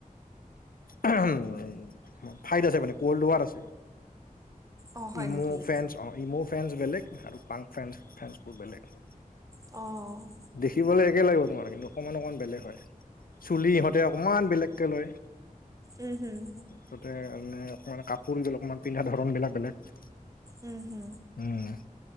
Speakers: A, on the left (about 85°); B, on the right (about 25°).
A: উম্, ফাইড আছে মানে কল্ড ৱাৰ আছে।
B: অঁ হয়
A: ইমৌ'
B: নেকি
A: ফ্ৰান্স ইমৌ' ফ্ৰেন্স বেলেগ আৰু পাং ফ্ৰেন্স বেলেগ।
B: অ'।
A: দেখিবলৈ একে লাগিব তোমাৰ, কিন্তু অকমান অকণমান বেলেগ হয়, চুলি ইহঁতে অকনমান বেলেগকে লয়।
B: উম্, উম্।
A: তাতে মানে অকনমান কাপোৰ বিলাক অকনমান পিন্ধা ধৰণ বেলেগ বেলেগ।
B: উম্, উম্।
A: উম্।